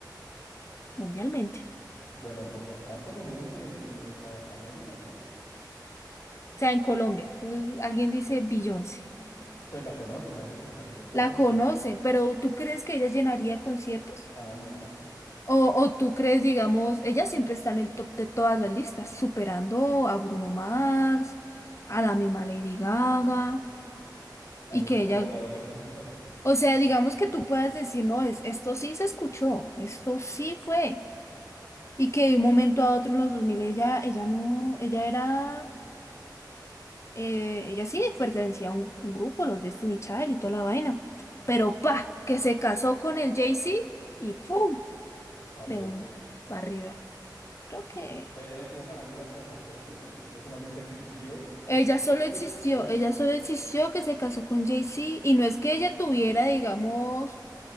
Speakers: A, on the left; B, on the left.
A: Mundialmente.
B: Bueno, pues acá por lo menos en la- América sí.
A: O sea, en Colombia, tú- alguien dice Beyoncé,
B: Pues la conocen, saben que es una cantante famosa.
A: la conocen, pero ¿tú crees que ella llenaría conciertos?
B: Ah, no.
A: O, o tú crees, digamos, ella siempre está en el top de todas las listas, superando a Bruno Mars, a la misma Lady Gaga,
B: Hay
A: y
B: gente
A: que
B: con
A: ella
B: verdadero peso musical
A: O sea, digamos que tú puedas decir, no, es, esto sí se escuchó, esto sí fue. Y que de un momento a otro en los 2000 ella, ella no, ella era, eh, ella sí pertenecía a un, un grupo, los Destiny Child y toda la vaina. Pero pa, que se casó con el Jay-Z y pum,
B: para arriba.
A: de una, para arriba. Creo que
B: Pero ella no tuvo farándula como para hacer eso, ¿no? Ella solamente existió, se
A: ella
B: casó.
A: solo existió,
B: ¡pum!
A: ella solo existió que se casó con Jay-Z y no es que ella tuviera, digamos,